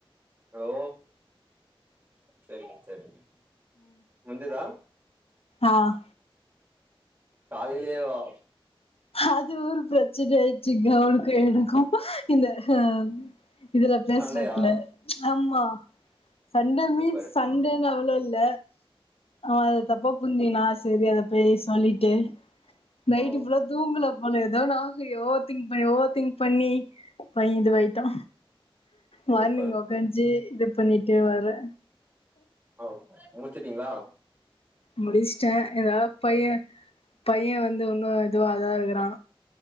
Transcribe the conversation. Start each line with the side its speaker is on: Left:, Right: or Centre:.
Right: ஓ சேரி சேரிங்க முந்திதா
Left: ஆஹ்
Right: காலிலேவா
Left: அது ஒரு பிரச்சன ஆயிட்டுச்ங்க அவனுக்கு எனக்கு இந்த ஹ இதுல்ல பேசுறத்துல
Right: பண்லையா
Left: ஆமா <inaudible> சண்ட மீன்ஸ்
Right: சூப்பர்
Left: சண்டேல அவ்ளோ இல் இல்ல அவ தப்ப புரிஞ்க்கினா செரி அத போய் சொல்லிட்டு நைட்டு
Right: ஓ
Left: ஃபுல்லா ங்கல போல ஏதோ நியாபக ஓவர் திங்க் ஓவர் திங்க் பண்ணி பயந்து போயிட்டோ மார்னிங்
Right: சூப்பர்
Left: உக்காஞ்சு இது பண்ணிட்டு வர
Right: ஓ முடிச்சுடீங்களா
Left: முடிச்சிட்டே ஏதாவது பைய பைய வந்து ஒன்னு இதுவாகாதுங்கறா